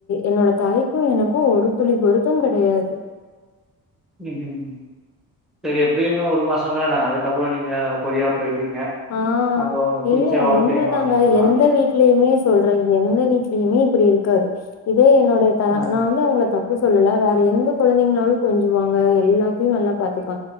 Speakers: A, on the left; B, in the centre.
A: என்னோட தாய்க்கு எனக்கு ஒரு துளி பொருத்தம் கடையாது
B: ம் ம் சரி எப்டியு இன்னு ஒரு மாசம்தான அதுக்கப்பற நீங்க கொரியா போயிடுவீங்க
A: ஆ
B: அங்க உங்களுக்கு பிடிச்ச
A: இல்ல
B: வாழ்க்கைய
A: உண்மைதாங்க
B: நீங்க வாழ்ந்துக்கலாம்.
A: எந்த வீட் லயுமே சொல்ற எந்த வீட்லயுமே இப்டி இருக்காது இதே என்னோட தா
B: ம்,
A: நா வந்து அவங்கள தப் பு சொல்லல வேற எந்த குழந்தைங்கனாலு கொஞ்சுவாங்க எல்லாத்தையு நல்லா பாத்துப்பா